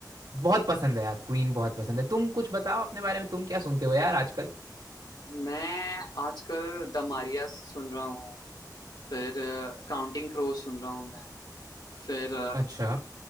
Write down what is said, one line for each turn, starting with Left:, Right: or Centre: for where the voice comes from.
Right: बहुत पसंद है यार क्वीन बहुत पसंद है तुम कुछ बताओ अपने बारे में तुम क्या सुनते हो यार आजकल
Left: मैं आजकल द मारियास सुन रहा हूँ फिर काउंटिंग क्रोज सुन रहा हूँ मैं फिर
Right: अच्छा